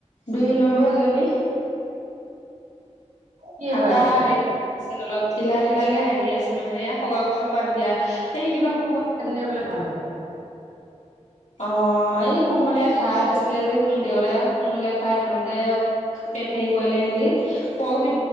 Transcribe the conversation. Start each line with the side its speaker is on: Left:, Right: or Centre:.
Left: দুই নম্বৰ জনী।
Right: কি
Left: হাগা
Right: হৈ আছে?
Left: সেইটো হৈছে অলপ ঢিলা ঢিলাকে হা হাগি আছে মানে এয়া সৰুৱা গছৰ পাত দিয়া এই কিবা ক
Right: সেই বোলে ভাল হয়।
Left: অ এই কোমলীয়া ঘাঁহ দিছিলে যে দেউতাই কুমলীয়া ঘাঁহ দিওতে- পেট হেৰি কৰিলে নেকি। পৰহি